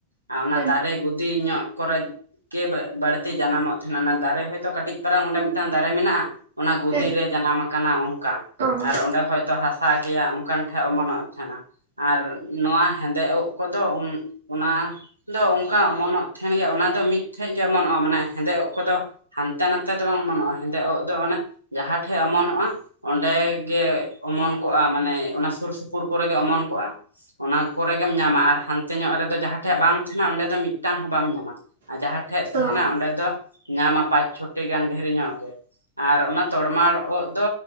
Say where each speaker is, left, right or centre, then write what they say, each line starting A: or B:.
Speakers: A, on the right; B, on the right.
A: ᱟᱨ ᱚᱱᱟ
B: ᱦᱩᱸ
A: ᱫᱟᱨᱮ ᱜᱚᱫᱤ ᱧᱚᱜ ᱠᱚᱨᱮ ᱾ ᱠᱮ ᱵᱟᱹᱲᱛᱤ ᱡᱟᱱᱟᱢᱚᱜ ᱛᱟᱦᱮᱱᱟ ᱚᱱᱟ ᱫᱟᱨᱮ ᱦᱚᱭᱛᱳ ᱠᱟᱹᱴᱤᱡ ᱯᱟᱨᱟ ᱚᱸᱰᱮ ᱢᱤᱫᱴᱟᱝ ᱫᱟᱨᱮ ᱢᱮᱱᱟᱜ-ᱟ ᱾ ᱚᱱᱟ ᱜᱩᱫᱤ
B: ᱦᱩᱸ
A: ᱨᱮ ᱡᱟᱱᱟᱢ ᱟᱠᱟᱱᱟ ᱾ ᱚᱱᱠᱟ
B: ᱚ ᱦᱚᱸ
A: ᱟᱨ ᱚᱸᱰᱮ ᱦᱚᱭᱛᱚ ᱦᱟᱥᱟ ᱦᱟᱥᱟ ᱜᱮᱭᱟ ᱚᱱᱠᱟᱱ ᱴᱷᱮᱱ ᱚᱢᱚᱱᱚᱜ ᱛᱟᱦᱮᱱᱟ ᱟᱨ ᱱᱚᱣᱟ ᱦᱮᱸᱫᱮ ᱩᱫ ᱠᱚᱫᱚ ᱚᱱᱟ ᱫᱚ ᱚᱱᱠᱟ ᱚᱢᱚᱱᱚᱜ ᱛᱟᱦᱮᱱ ᱜᱮᱭᱟ ᱚᱱᱟ ᱫᱚ ᱢᱤᱫᱴᱷᱮᱡ ᱜᱮ ᱚᱢᱚᱱᱚᱜ-ᱟ ᱢᱟᱱᱮ ᱦᱮᱸᱫᱮ ᱩᱫ ᱠᱚᱫᱚ ᱾ ᱦᱟᱱᱛᱮ ᱱᱟᱛᱮ ᱫᱚ ᱵᱟᱝ ᱚᱢᱚᱱᱚᱜ-ᱟ, ᱦᱮᱸᱫᱮ ᱩᱫ ᱫᱚ ᱚᱱᱟ ᱡᱟᱦᱟᱸ ᱴᱷᱮᱡ ᱚᱢᱚᱱᱚᱜ-ᱟ ᱚᱸᱰᱮ ᱜᱮ ᱚᱢᱚᱱ ᱠᱚᱜ-ᱟ ᱢᱟᱱᱮ ᱚᱱᱟ ᱥᱩᱨ ᱥᱩᱯᱩᱨ ᱠᱚᱨᱮ ᱜᱮ ᱚᱢᱚᱱ ᱠᱚᱜ-ᱟ ᱾ ᱚᱱᱟ ᱠᱚᱨᱮ ᱜᱮᱢ ᱧᱟᱢᱟ ᱟᱨ ᱦᱟᱱᱛᱮ ᱧᱚᱜ ᱨᱮᱫᱚ ᱡᱟᱦᱟᱸ ᱴᱷᱮᱡ ᱵᱟᱝ ᱛᱟᱦᱮᱱᱟ ᱚᱸᱰᱮ ᱢᱤᱫᱴᱟᱝ ᱦᱚᱸ ᱵᱟᱢ ᱧᱟᱢᱟ ᱟᱨ ᱡᱟᱦᱟᱸ ᱴᱷᱮᱡ ᱛᱟᱦᱮᱱᱟ
B: ᱚ ᱦᱚ
A: ᱚᱸᱰᱮ ᱫᱚ ᱧᱟᱢᱟ ᱯᱟᱸᱪ ᱪᱷᱚᱴᱤ ᱜᱟᱱ ᱰᱷᱮᱨ ᱧᱚᱜ ᱜᱮ ᱾ ᱟᱨ ᱚᱱᱟ ᱛᱚᱲᱢᱟᱲ ᱩᱫ ᱫᱚ